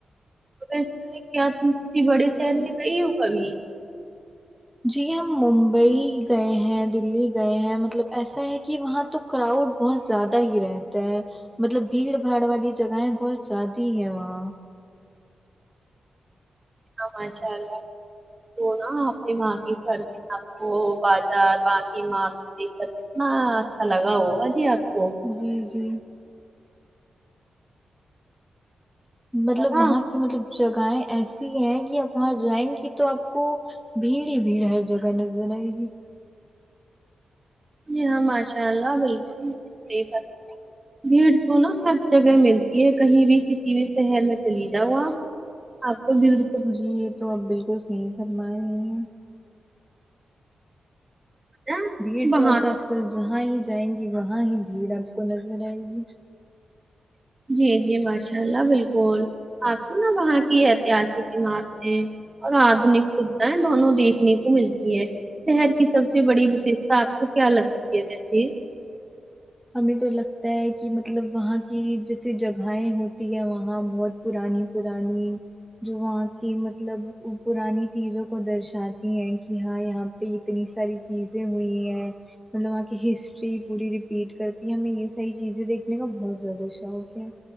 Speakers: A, on the right (about 30°); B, in the centre.
A: کیا تم کسی بڑے شہر میں گئی ہو کبھی
B: جی ہم ممبئی گئے ہیں دلی گئے ہیں مطلب ایسا ہے کہ وہاں تو کراؤڈ بہت زیادہ ہی رہتا ہے مطلب بھیڑ بھاڑ والی جگہیں بہت زیادی ہے وہاں
A: ہاں ماشاء اللہ تو نا اپنی ماں کی سردی آپ کو بازار ماں کی مرکی کر ہاں اچھا لگا وہ اجی آپ کو
B: جی جی مطلب
A: ہے نا
B: وہاں کی مطلب جگہیں ایسی ہیں کہ آپ وہاں جائیں گی تو آپ کو بھیڑ ہی بھیڑ ہر جگہ نظر نہ آئے گی
A: جی ہاں ماشاء اللہ بالکل بلکل صحی فرمایا اپ نے بھیڑ تو نا ہر جگہ ملتی ہے کہیں بھی کسی بھی شہر میں چلی جاؤ آپ آپ کو بالکل
B: جی یہ تو اپ بالکل صحیح فرما رہے ہیں
A: ہے۔
B: بھیڑ
A: وہاں
B: تو آپ آج کل جہاں ہی جائیں گی وہاں ہی بھیڑ آپ کو نظر آئے گی
A: جی جی ماشاء اللہ بالکل آپ کو نا وہاں کی اتہاسک عمارتیں اور آدنک سدھایں دونوں دیکھنے کو ملتی ہیں شہر کی سب سے بڑی مصیبت آپ کو کیا لگتی ہے ویسیے
B: ہمیں تو لگتا ہے کہ مطلب وہاں کی جیسسی جگہیں ہوتی ہیں وہاں بہت پرانی پرانی جو وہاں کی مطلب پرانی چیزوں کو درشاتی ہیں کہ ہاں یہاں پہ اتنی ساری چیزیں ہوئی ہیں مطلب وہاں کی ہسٹری پوری پیٹ کرتی ہے ہمیں یہ ساری چیزیں دیکھنے کا بہت زیادہ شوق ہے